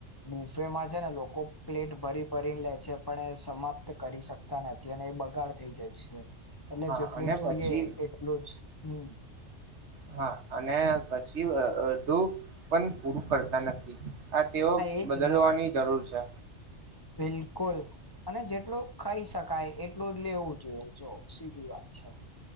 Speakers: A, on the left; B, on the right.
A: બુફેમાં છે ને લોકો પ્લેટ ભરી ભરીને લે છે પણ એ સમાપ્ત કરી શક નથી અને એ બગાડ થઈ જાય છે એટલે
B: હા
A: જેટલું
B: અને
A: જોઈએ
B: પછી
A: એટલું જ હમ
B: હા અને પછી અડધું પણ પૂરું કરતા નથી હા તેઓ
A: એજ
B: બદલવાની
A: ને
B: જરૂર છે
A: બિલકુલ અને જેટલું ખાઈ શકાય એટલું લેવું જોઈએ જો સીધી વાત છે